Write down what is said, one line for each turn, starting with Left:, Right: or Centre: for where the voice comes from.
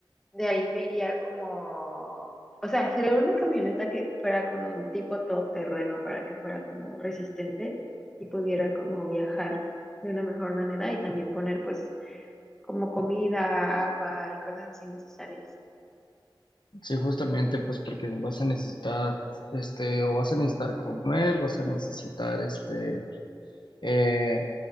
Centre: de ahí me iría como, o sea, sería una camioneta que fuera como un tipo todoterreno para que fuera como resistente y pudiera como viajar de una mejor manera y también poner pues como comida, agua y cosas así necesarias.
Left: Sí, justamente pues porque vas a necesitar, este, o vas a necesitar comer, vas a necesitar, este, eh,